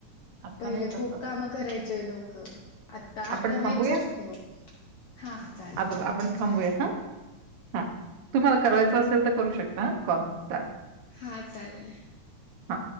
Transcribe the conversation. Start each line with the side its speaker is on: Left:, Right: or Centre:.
Right: आता
Left: पहिले
Right: नाही तसं.
Left: खूप कामं करायचे लोक आता आत्ता
Right: आपण थांबूया
Left: नाहीच जास्त हा चालेल
Right: आता
Left: थांबव
Right: आपण
Left: पण
Right: थांबूया हा हा तुम्हाला कवायचं असेल तर करू शकता कॉल चालेल
Left: हा चालेल
Right: हा